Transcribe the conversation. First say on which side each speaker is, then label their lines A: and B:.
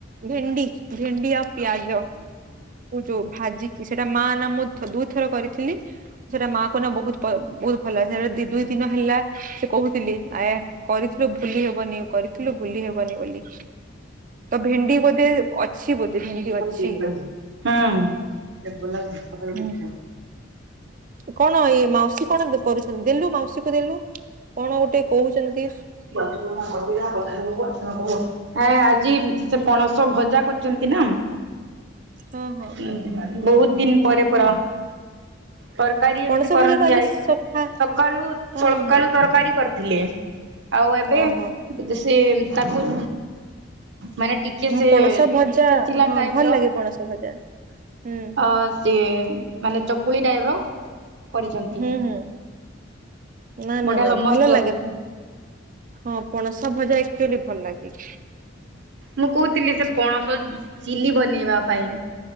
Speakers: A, on the right (about 45°); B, on the right (about 65°).
A: ଭେଣ୍ଡି ଭେଣ୍ଡି ଆଉ ପିଆଜ। ଯୋଉ ଭାଜିକି ସେଇଟା ମା ନା ମୁଥ ଦୁଇଥର କରିଥିଲି। ସେଇଟା ମା କ ନା ବହୁତ ବହୁତ ଭଲ ସେଟା ଦୁଇ ଦିନ ହେଲା। ସେ କହୁଥିଲି ଆା କରିଥିଲୁ ଭୁଲି ହେବନି। କରିଥିଲୁ ଭୁଲି ହେବନି ବୋଲି ତ ଭେଣ୍ଡି ବୋଧେ ଅଛି ବୋଧେ।
B: ସଳୁ
A: ଅଛି
B: ଠିକ ଲାଗିବୁ ଲାଗ ସକାଳୁ
A: ହୁଁ
B: ଠିକ୍ ଲାଗିବ <unintelligible>
A: କଣ ଇଏ ମାଉସୀ କଣ କରୁଛନ୍ତି ଦେଲୁ ମାଉସୀ କ ଦେଲୁ କଣ ଗୋଟେ କହୁଛନ୍ତି।
B: ପ୍ରଣ ଯା କଥା ହେବ ଆ କଣ। ହଁ ଆଜି ସେ ପଣସ ଭଜା କରିଛନ୍ତି ନା।
A: ହଁ ହଁ
B: ହୁଁ ବହୁତ ଦିନ ପରେ ପ। ତରକାରୀ
A: ପଣସ
B: ଏମତି କରନ୍ତି
A: ଭଜା ଟା ଆଜି
B: ଆଇ
A: ସଖା
B: ସକାଳୁ
A: ହଁ
B: ସକାଳୁ
A: ହଁ ହଁ
B: ତରକାରୀ କରିଥିଲେ। ଆଉ ଏବେ
A: ଓହୋ
B: ସେ ତାକୁ ମାନେ ଟି କି
A: ହଁ
B: ସେ
A: ପଣସ ଭଜା
B: ସେଚିଲା
A: ହଁ
B: ଟାଇପ
A: ଭଲ
B: ର
A: ଲାଗେ ପଣସ ଭଜା ହୁଁ
B: ଅ ସିଏ ମାନେ ଚକୁଳି ଟାଇପ ର କରିଛନ୍ତି।
A: ହୁଁ ହୁଁ ନା
B: ବଢିଆ
A: ନା ନା
B: ଲ
A: ଭଲ
B: ମସ୍ତ ଲାଗୁଛି।
A: ଲାଗେ ହଁ ପଣସ ଭଜାଏଚୁଆଲି ଭଲ ଲାଗେ।
B: ମୁଁ କହୁଥିଲି ସେ
A: ସେଟା
B: ପଣସ ଚିଲି ବନେଇବା ପାଇଁ।